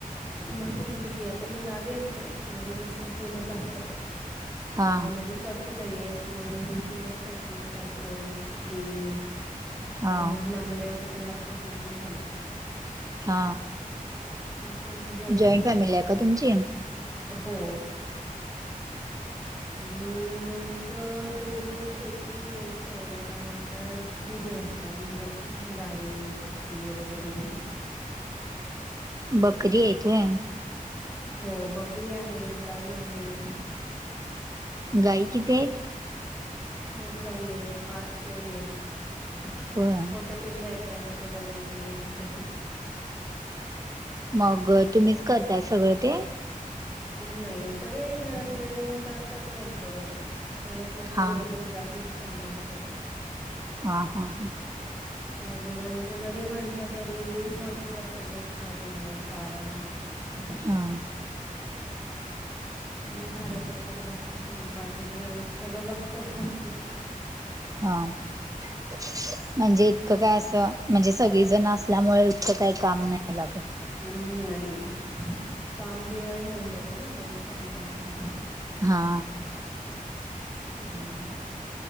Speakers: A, in the centre; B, on the right (about 25°).
A: माझी मुलगी आता मी गावी असते माझे मिस्टर पुण्यात असतात.
B: हा
A: आ मदत. सासूबाई आहेत मग चुलत सासू सासरे दीर
B: हा
A: अ नंदईच तर आत्ताच लग्न झालं.
B: हा,
A: म्हणजे आमची जॉईंट
B: जॉईन फॅमिली आहे का तुमची?
A: हो. आणि आमचं जोडून शेती व्यवसाय त्यानंतर दूध व्यवसाय म्हणजे गाई, बकरी वगैरे <unintelligible>
B: बकरी आहेत होय.
A: हो बकरी आहेत गाई आहेत.
B: गाई किती आहेत?
A: पाच गाई आहेत, पाच शेळी आहेत
B: होय
A: छोटे पिल्ले आहेत त्यांचे दोन तीन बघ
B: मग तुम्हीच करताय सगळं ते.
A: नाही सगळे घरातले मिळून करतात थोडं थोडस मला किचन
B: हा
A: वगैरे त त्यातलंच काम असतात.
B: हा हा हा.
A: <inaudible> आता गुरांच जरी म्हटलं तरी भरपूर असत दूध काढणं चारा. <inaudible>
B: हा.
A: मी घरातलं वगैरे बघते बाकीच जणांचं सगळं बघतात घरातले.
B: हा म्हणजे? इतकं काय असं म्हणजे सगळीजण असल्यामुळे इतकं काही काम नाही लागत.
A: हम्म, नाही काम डिवाइड होऊन जातं ना जॉईन फॅमिलीमध्ये.
B: हा.
A: हम्.